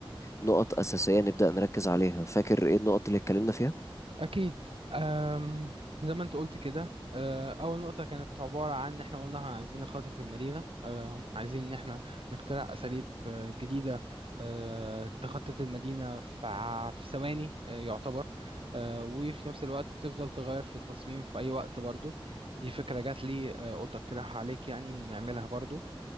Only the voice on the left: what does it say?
كنقط أساسية نبدأ نركز عليها فاكر إيه النقط اللي اتكلمنا فيها؟